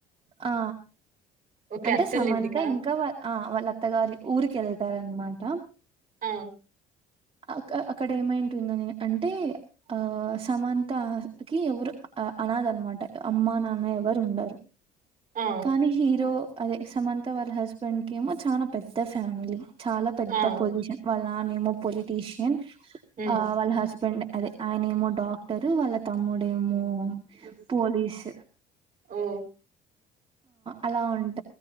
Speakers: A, on the right; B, on the right.
A: ఆ
B: ఓకే
A: అంటే
B: అత్తోళ్ళ
A: సమంత
B: ఇంటికా
A: ఇంకా ఆ వాళ్ళ అత్తగారి ఊరిక వెళ్తార అనమాట
B: అవు
A: అ అక్కడ ఏమైంటుంద నే అంటే ఆ సమంతకి ఎవరు అనాద అనమాట అమ్మా నాన్న ఎవరు ఉండరు
B: ఆ
A: కానీ హీరో అదే సమంత వాళ్ళ హస్బెండ్ క ఏమో చాలా పెద్ద ఫ్యామిలీ చాలా పెద్ద
B: ఆ
A: పొజిషన్ వాళ్ళ నానా నేమో పొలిటీషియన్
B: ఉమ్
A: ఆ వాళ్ళ హస్బెండ్ అదే ఆయన ఏమో డాక్టరు వాళ్ళ తమ్ముడేమో పోలీస్
B: ఓ
A: అలా ఉంట